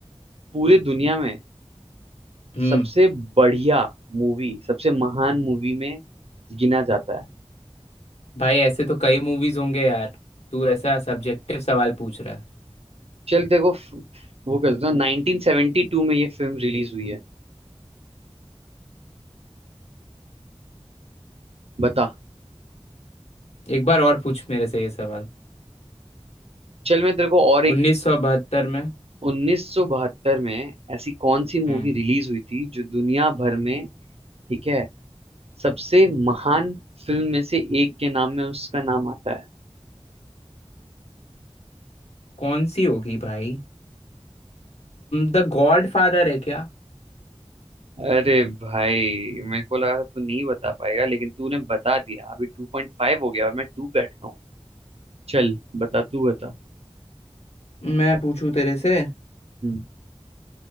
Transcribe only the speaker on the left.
हम्म
भाई ऐसे तो कई मूवीज होंगे यार तू ऐसा सब्जेक्टिव सवाल पूछ रहा है
एक बार और पूछ मेरे से ये सवाल
1972 में
हम्म
कौन सी होगी भाई द गॉड फादर है क्या
मैं पूछूं तेरे से